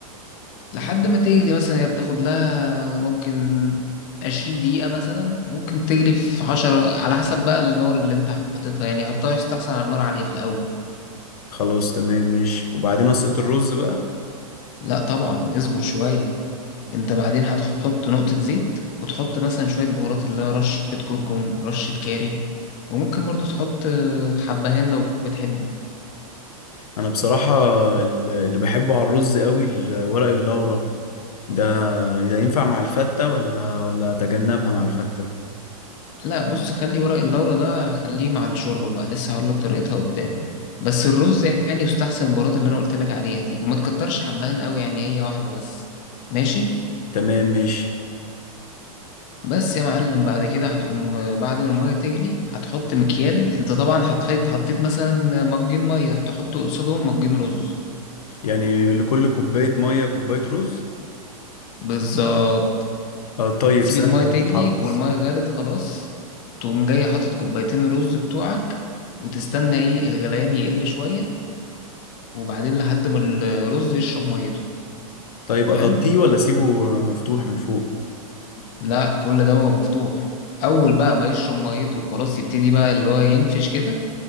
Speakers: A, on the left (about 40°); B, on the left (about 85°).
A: لحد ما تغلي مثلا هي بتاخد لها ممكن 20 دقيقة مثلا ممكن تجري في 10 على حسب بقى النار اللي انت حاططها يعني حطها يستحسن على نار عالية في الأول
B: خلاص تمام ماشي وبعدين اسقط الرز بقى
A: لا طبعا اصبر شوية انت بعدين هتحط نقطة زيت وتحط مثلا شوية بهارات اللي هي رشة كركم رشة كاري وممكن برضو تحط آه، حبهان لو بتحب
B: انا بصراحة ال- اللي بحبه على الرز قوي ال- ورق اللورا ده ده ينفع مع الفتة ولا ولا اتجنبها مع الفتة
A: لا بص خلي ورق اللورا ده خليه مع الشوربة بقى لسه هقولك طريقتها قدام بس الرز يعني يستحسن البهارات اللي انا قلتلك عليها دي وما تكترش حبهان قوي يعني هي واحدة بس ماشي
B: تمام ماشي
A: بس يا معلم بعد كده هتقوم آه، بعد ما المية تغلي هتحط مكيال انت طبعا هتحط حطيت مثلا مجين مية تحط قصادهم مجين رز
B: يعني لكل كوباية مية كوباية رز
A: بالظبط
B: آه طيب
A: تسيب
B: سهلة
A: المية
B: دي
A: تغلي
B: تتحفظ
A: والمية غلت خلاص تقوم جاي حاطط كوبايتين رز بتوعك وتستنى ايه الغليان يقل شوية وبعدين لحد ما الرز يشرب ميته
B: طيب اغطيه
A: حلو
B: ولا اسيبه مفتوح من فوق
A: لا كل ده هو مفتوح اول بقى ما يشرب ميته وخلاص يبتدي بقى اللي هو ينفش كده